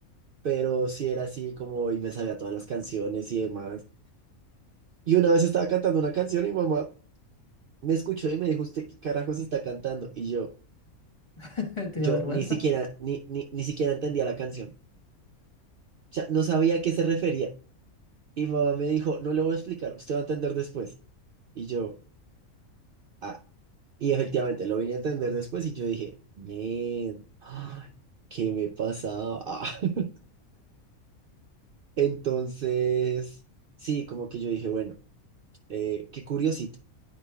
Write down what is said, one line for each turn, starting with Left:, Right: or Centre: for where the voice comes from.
Right: Pero sí era así como y me sabía todas las canciones y demás. Y una vez estaba cantando una canción y mi mamá me escuchó y me dijo, ¿usted qué carajos está cantando? Y yo,
Left: <laughs> ¿Te
Right: yo
Left: dio vergüenza?
Right: ni siquiera, ni, ni, ni siquiera entendía la canción. O sea, no sabía a qué se refería. Y mi mamá me dijo, no le voy a explicar, usted va a entender después. Y yo... "Ah, Y efectivamente lo vine a entender después y yo dije, "Men, ay, ¿qué me pasaba? Ah". <laughs> Entonces, sí, como que yo dije, bueno, eh, qué curiosito.